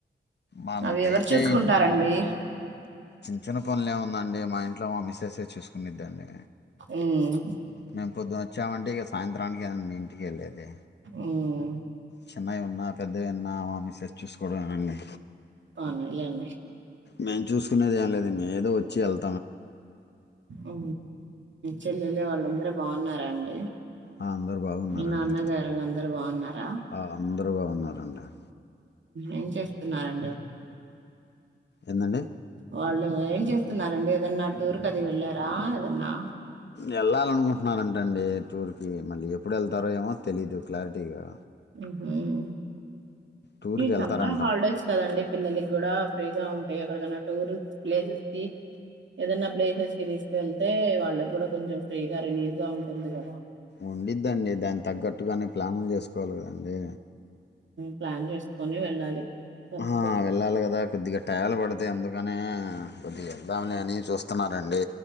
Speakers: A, on the left (about 60°); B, on the right (about 70°).
A: మనకైతే
B: అవి ఎవరు చూసుకుంటారండి
A: న్న పనులులేముందండి మా ఇంట్లో మా మసేస్ ఏ చూసుకు ద్దండి
B: ఉమ్
A: మేము పొద్దున వచ్చామంటే ఇక సాయంత్రానికే అండి ఇంటికి వెళ్ళేది
B: ఉమ్
A: చిన్నవి ఉన్నా పెద్దవి ఉన్నా మామిసెస్ చూసుకోవడంమే నండి
B: అవునులేండి
A: మేము చూసుకునేది ఏం లేదు ఏదోచ్ చెల్
B: ఆ చెల్లెళ్ళు వాళ్ళందర బాగున్నార అండి
A: ఆ అందరు బాగున్నారండి
B: మీ నాన్నగారు అందరు బాగున్నారా
A: ఆ అందరు బాగున్నారు అండి <inaudible>
B: ఏం చేస్తున్నారండి
A: ఏందండి
B: వాళ్ళు ఏం చేస్తున్నారండి ఏదన్నా టూర్ కది వెళ్ళారా ఏదన్నా
A: వెళ్ళాలనుకుంటున్నారంట అండి టూర్కి మళ్ళీ ఎప్పుడు వెళ్తారో ఏమో తెలీదు క్లారిటీగా
B: <unintelligible> హు
A: టూర్కి వెళ్తారంట
B: సమ్మర్ హాలిడేస్ కదండి పిల్లలకి కూడా ఫ్రీగా ఉంటాయి ఎక్కడికనా టూరిస్ట్ ప్లేసెస్ కి ఏదైనా ప్లేసెస్ కి తీసుకుళ్తే వాళ్ళకి కూడా కొంచెం ఫ్రీగా రిలీఫ్ గా ఉంటుంది కదా
A: ఉండిద్దండి దాన్ని తగ్గట్టుగానే ప్లాను చేసుకోవాలి కదండి
B: ప్లాన్ చేసుకొని వెళ్ళాలి ఫస్ట్
A: ఆ వెళ్ళాలి కదా కొద్దిగాట్ట టేలు పడితే అందుకనే కొద్దిగా వెళ్దాము లే అని చూస్తున్నారండి